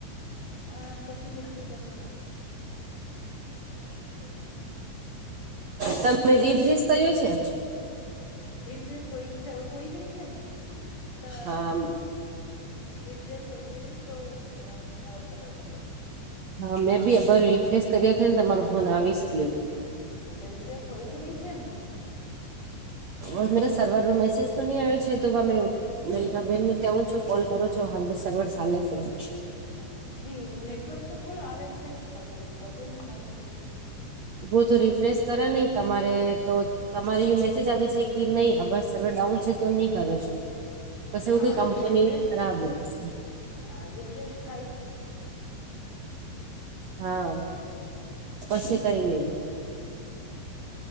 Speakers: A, on the left; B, on the right.
A: અ કસું નથી બસ રોટ <unintelligible>
B: તમે રિફ્રીઝ કર્યો છે.
A: રિફ્રેશ હોય હોય ગઈ છે ને તો
B: હા
A: રીફ્રેશ હોઈ ગય તો કોલ લગાવી છે.
B: હા મેં બી અર રિફ્રેશ કર્યો છે ને તમારો ફોન આવી જ ગયો છે.
A: હમ તો રિફ્રેશ હોય તો ગઈ છે ને
B: એટલે કે સર્વરનો મેસેજ તો ની આયો છે તો મે મિનકા બેન કવું છું કોલ કરો છો હાલ તો સર્વર સાલે છે.
A: હમ નહી નેટવર્ક તો ફુલ આવે છે પણ પતો નહીં કાંઈ હોવે છે.
B: બહુ તો રિફ્રેશ કરે નહી તમારે તો તમારી <inaudible> ઓછી જ આવે છે કે નહી આ બ સર્વર ડાઉન છે તો નહી કરો છો? પસે એવું
A: હા
B: કઈ કંપની
A: નહી રિફ્રેશ
B: ખરાબ હોય સે.
A: હા રિફ્રેશ થાઈ
B: હા પસે કઈ નઈ.